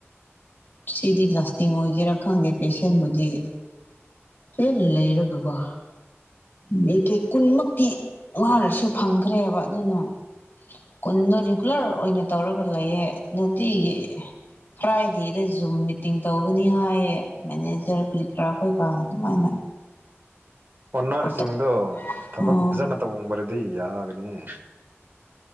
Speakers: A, on the left; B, on the right.
A: ꯁꯤꯗꯤ ꯂꯥꯁꯇꯤꯡ ꯑꯣꯏꯒꯦꯔꯥ ꯈꯪꯗꯦ ꯄꯦꯁꯦꯟꯕꯨꯗꯤ ꯐꯨꯜ ꯂꯩꯔꯗꯧꯕ ꯃꯦꯀꯦ ꯀꯨꯟꯃꯛꯇꯤ ꯋꯥꯔꯁꯨ ꯐꯪꯈ꯭ꯔꯦꯕ ꯑꯗꯨꯅ ꯀꯨꯟꯗꯣ ꯔꯤꯒꯨꯂꯔ ꯑꯣꯏꯅ ꯇꯧꯔꯒ ꯂꯩꯌꯦ ꯅꯨꯇꯤꯒꯤ ꯐ꯭ꯔꯥꯏꯗ‌ꯦ ꯗꯦꯖꯨꯝ ꯃꯤꯇꯤꯡ ꯇꯧꯒꯅꯤ ꯍꯥꯏꯌꯦ ꯃꯦꯅꯦꯖꯔ ꯀ꯭ꯔꯤꯀ꯭ꯔꯥ ꯍꯣꯏꯒ ꯑꯗꯨꯃꯥꯏꯅ
B: ꯑꯣꯟꯅꯔꯁꯤꯡꯗꯣ
A: ꯄ꯭ꯔꯣꯇꯣ
B: ꯊꯕꯛ
A: ꯑꯣ
B: ꯐꯖꯅ ꯇꯧꯃ꯭ꯔꯗꯤ ꯌꯥꯒꯅꯤꯍ‌ꯦ